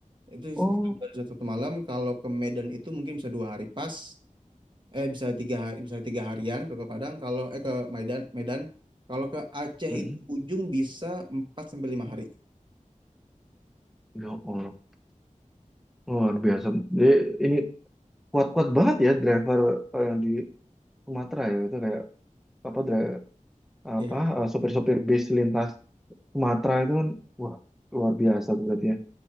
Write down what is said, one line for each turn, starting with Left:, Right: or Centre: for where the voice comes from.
Right: itu
Centre: Oh,
Right: kita baru satu malam. Kalau ke Medan itu mungkin bisa dua hari pas. Eh bisa tiga hari, bisa tiga harian ke ke Padang. Kalau eh ke Medan, Medan. Kalau ke Aceh
Centre: mm-mm.
Right: itu ujung bisa empat sampai lima hari.
Centre: Ya Allah, luar biasa. Jadi, ini kuat-kuat banget ya driver eh, yang di Sumatera ya itu kayak apa dra-
Right: Iya.
Centre: apa eh, sopir-sopir bis lintas Sumatera itu kan wah luar biasa tuh berarti ya.